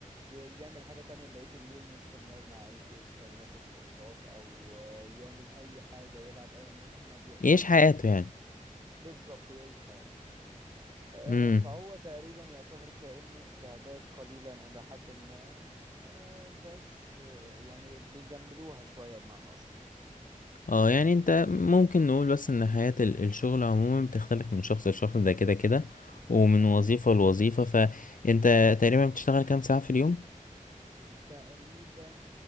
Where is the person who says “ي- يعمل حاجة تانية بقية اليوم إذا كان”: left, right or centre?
Right